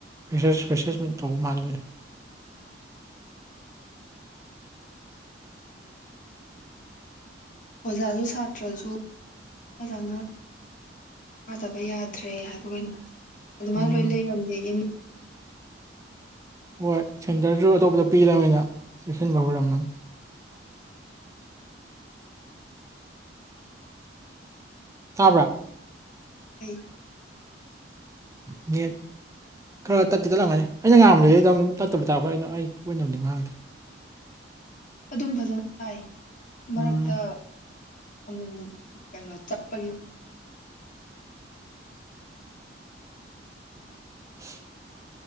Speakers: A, on the right; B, on the left.
A: ꯐ꯭ꯔꯦꯁꯔ ꯐ꯭ꯔꯦꯁꯔꯁꯃꯤꯠ ꯇꯧꯕ ꯃꯥꯜꯂꯤ ꯃꯣꯏꯗꯣ
B: ꯑꯣꯖꯥꯁꯨ ꯁꯥꯇ꯭ꯔꯁꯨ ꯐꯖꯅ ꯀꯥꯗꯕ ꯌꯥꯗ꯭ꯔꯦ ꯍꯥꯏꯕ꯭ꯔ ꯀꯩꯅꯣ ꯑꯗꯨꯃꯥꯏꯅ
A: ꯎꯝ
B: ꯂꯣꯏ ꯂꯩꯔꯝꯅꯦ ꯑꯦꯝ ꯌꯨ
A: ꯍꯣꯏ ꯁꯦꯟꯇꯔꯁꯨ ꯑꯇꯣꯞꯄꯗ ꯄꯤꯔꯕꯅꯤꯅ ꯆꯦꯛꯁꯤꯟꯕ ꯍꯧꯔꯝꯃꯅꯤ ꯇꯥꯕ꯭ꯔꯥ
B: ꯑꯩ
A: ꯅꯦꯠ ꯈꯔ ꯇꯠꯇꯤ ꯇꯠꯂꯝꯒꯅꯤ ꯑꯩꯅ ꯉꯥꯡꯕꯗꯨꯗꯤ ꯑꯗꯨꯝ ꯇꯠꯇꯕꯨ ꯇꯥꯔꯛꯄ ꯑꯩꯅ ꯑꯩ ꯀꯣꯏꯅꯕꯗꯤ ꯉꯥꯡꯗꯦ
B: ꯑꯗꯨꯝ ꯐꯖꯅ ꯇꯥꯏ ꯃꯔꯛꯇ
A: ꯎꯝ
B: ꯑꯃꯨꯛ ꯑꯃꯨꯛ ꯀꯩꯅꯣ ꯆꯞꯄꯒꯤ
A: <unintelligible>